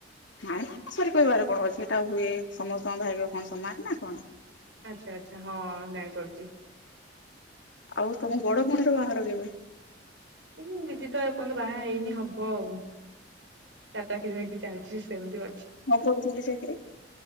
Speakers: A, on the left; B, on the right.
A: ନାଇଁ ସରି କହିବାର କଣ ଅଛି ଏଟା ହୁଏ ସମସ୍ତଙ୍କ ଭାଗ୍ୟ କଣ ସମାନ ନା କଣ।
B: ଆଚ୍ଛା ଆଚ୍ଛା ହଁ ଜାଣିପାରୁଛି।
A: ଆଉ ତମ ବୋଡ ଭଉଣୀ ର ବାହାର କେବେ?
B: ଉଁ ଦିଦି ତ ଏପର୍ଯ୍ୟନ୍ତ ବାହା ହେଇନି ହବ ଆଉ। ତା ଚାକିରୀ ଫାକିରୀ ଚାଲିଛି ସେମତି
A: ମୁଁ କରୁଥିଲି ଚାକିରି।